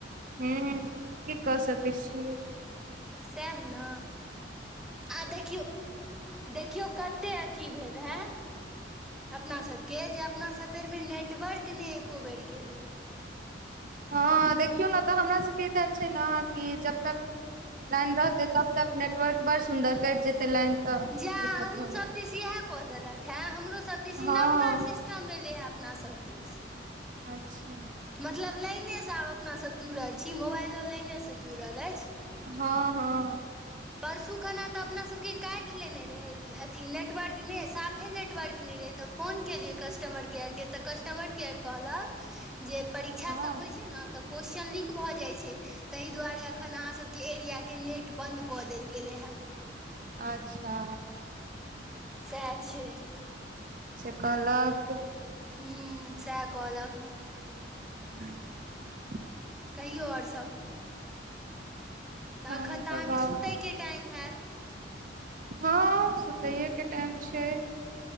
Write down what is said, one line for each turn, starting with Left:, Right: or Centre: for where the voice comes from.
Right: हू की कऽ सकय छियै
Centre: सेह न आ देखियौ देखियौ कतेक अथी भेल हे अपनासभके जे अपनासभ बेरमे नेटवर्क नहि एको बेर गेलय
Right: हँ देखियौ ने तऽ हमरा सभके इधर छै ने कि जब तक लाइन रहते तब तक नेटवर्क बड़ सुन्दर कटि जेतै लाइन तऽ
Centre: जे अहूँसभ
Right: दिक्कत भऽ जाइ छै
Centre: दिशी इएह कऽ देलक हेँ हमरोसभ दिशी
Right: हँ
Centre: नवका सिस्टम एलै हेँ अपना सब दिश
Right: अच्छा
Centre: मतलब लाइनेसँ आब अपनासभ जुड़ल छी मोबाइलो लाइनेसँ जुड़ल अछि
Right: हँ हँ
Centre: परसू खनाा तऽ अपना सबके काटि लेने रहय अथी नेटवर्क नहि साफे नेटवर्क नहि तऽ फोन केलियै कस्टमर केयरके तऽ कस्टमर केयर कहलक जे परीक्षा
Right: हँ
Centre: सब होय छै ने तऽ कोसच चन लीक भ जाई छै तहि दुआरे अखन आहा सब के एरिया के नेट बंद कदेल गेलल हँ
Right: अच्छा
Centre: तऽ सएह छै
Right: से कहलक
Centre: हू सह कह लक ह
Right: <unintelligible>
Centre: कहियौ आओर सभ तऽ
Right: हम
Centre: एखन तऽ अहाँके
Right: बाबा
Centre: सुतयके टाइम हैत
Right: हँ सुतैएके टाइम छै